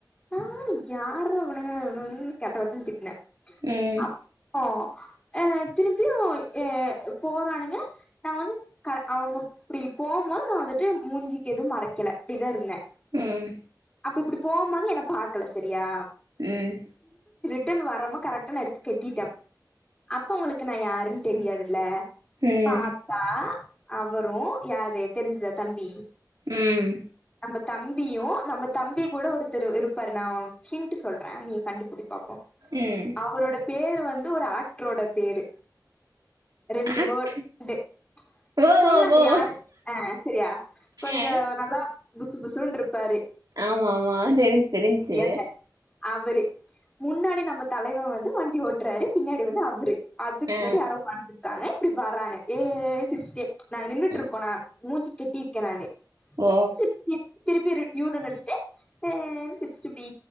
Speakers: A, on the left; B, on the right.
A: நானு யார்ரா இவுனுக நானு கெட்ட வார்த்தைல திட்னே
B: ம்
A: அப்போ அஹ் திரும்பியும் அஹ் போறானுங்க நா வந்து கா அவங்க இப்டி போவும்போது நா வந்துட்டு மூஞ்சிக்கு எதும் மறைக்கல இப்டிதா இருந்தே
B: ம்
A: அப்ப இப்பிடி போவும்போது என்ன பாக்கல சரியா
B: ம்
A: ட்டன் வரம்ப கரெக்டா நா எடுத்து கட்டிட்டே, அப்ப உங்களுக்கு நா யாருன்னு தெரியாதுல்ல
B: ம்
A: பாத்தா அவரும் யாரு தெரிஞ்சுதா தம்பி
B: ம்
A: தம்பத் தம்பியும் நம்ம தம்பி கூட ஒருத்தர் இருப்பாரு நா உனக் ஹின்ட் சொல்றே நீ கண்டுபுடி பாப்போ
B: ம்
A: அவரோட பேர் வந் வந்து ஒரு ஆக்ட்ரோட பேரு ரெண்டு
B: ஆக்ட்
A: வேர்ட் உண்டு
B: ஓ
A: சொல்லாத
B: ஓ ஓ
A: யாரு ஆஹ் செரியா கொஞ்சம்
B: ஆ
A: நல்லா புசு புசுன்ன இருப்பாரு
B: ஆமா ஆமா தெரிஞ்ச்சு தெரிஞ்ச்சு
A: யான்ன அவரு முன்னாடி நம்ம தலைவன் வந்து வண்டி ஓட்டுறாரு பின்னாடி வந்து அவரு அதுக்கு
B: ஆ
A: முன்னாடி யாரோ உக்கான்ட்டுருக் இருக்காங்க இப்படி வராங்க ஏய் சிருச்சுட்டே நாங்க நின்னுட்டு
B: ஆ.
A: இருக்கோனா மூஞ்சு கட்டியிருக்கே நானு
B: ஓ
A: சிரிச்சுட்டே திருப்பி ரிட் யூடன் அடிச்சிட்டு ஹனு சிரிச்சிட்டு இப்டி